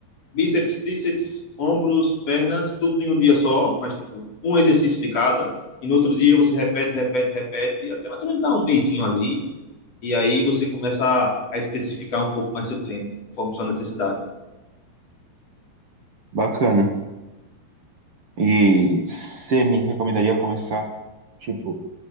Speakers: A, on the left (about 40°); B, on the right (about 40°).
A: bíceps, tríceps, ombros, pernas, tudo em um dia só, mas tipo, um exercício de cada. E no outro dia você repete, repete, repete, e até mais ou menos dá um mesinho ali. E aí você começa a especificar um pouco mais seu treino, conforme sua necessidade.
B: bacana. E você me recomendaria começar, tipo,